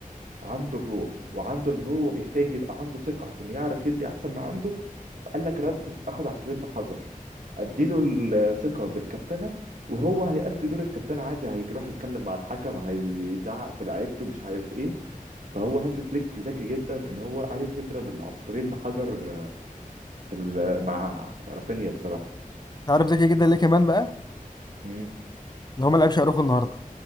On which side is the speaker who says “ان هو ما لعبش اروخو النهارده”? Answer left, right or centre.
Left